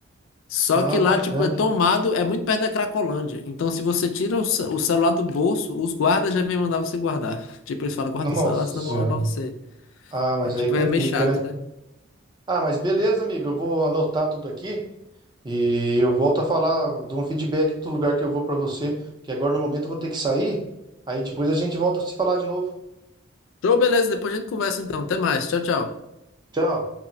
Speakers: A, on the left (about 75°); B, on the right (about 20°).
A: Só
B: Ah,
A: que lá,
B: bacana.
A: tipo, é tomado, é muito perto da Cracolândia. Então, se você tira o, ce- o celular do bolso, os guardas já vêm mandar você guardar. <laughs> Tipo, eles falam, guarda
B: Nossa
A: o celular, senão
B: Senhora.
A: vão roubar você.
B: Ah, mas
A: É tipo,
B: aí complica,
A: é meio chato,
B: né?
A: né?
B: Ah, mas beleza, amigo. Eu vou anotar tudo aqui e eu volto a falar de um feedback do lugar que eu vou para você, porque agora no momento eu vou ter que sair. Aí depois a gente volta a se falar de novo.
A: Então, beleza, depois a gente conversa então. Até mais. Tchau, tchau.
B: Tchau.